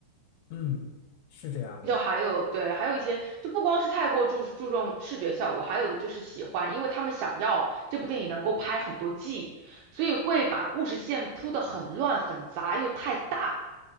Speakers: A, on the left (about 80°); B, on the right (about 80°).
A: 嗯，是这样的，
B: 就还有对，还有一些就不光是太过注注重视觉效果，还有的就是喜欢，因为他们想要这部电影能够拍很多季，所以会把故事线铺得很乱很杂又太大，